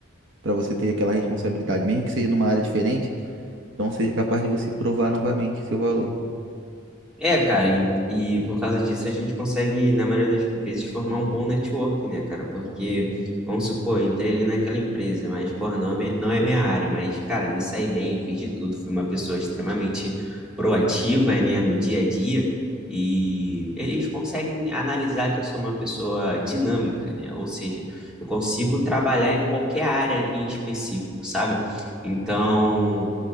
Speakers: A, on the right (about 65°); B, in the centre.
A: Pra você ter aquela responsabilidade, mesmo que seja numa área diferente. Então seja capaz de você provar novamente o seu valor.
B: É, cara, e, e por causa disso a gente consegue, na maioria das vezes, formar um bom network, né, cara? Porque, vamos supor, eu entrei ali naquela empresa, mas, porra, não é minha, não é minha área, mas, cara, me saí bem, fiz de tudo, fui uma pessoa extremamente proativa, né, no dia a dia, e eles conseguem analisar que eu sou uma pessoa dinâmica, né? Ou seja, eu consigo trabalhar em qualquer área em específico, sabe? Então,